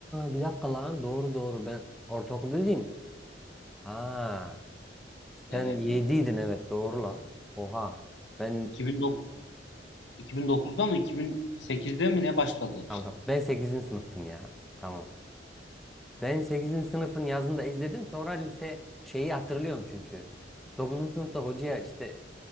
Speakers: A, in the centre; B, on the left.
A: bir dakika lan doğru doğru ben ortaokulda değilim. Ha sen
B: Evet,
A: yediydin
B: evet.
A: evet doğru lan. Oha ben
B: 2009, 2009'da mı 2008'de mi ne başladı
A: tamam,
B: işte.
A: tamam. Ben sekizinci sınıftım ya. Tamam. Ben sekizinci sınıfın yazında izledim sonra lise şeyi hatırlıyorum çünkü. dokuzuncu sınıfta hocaya işte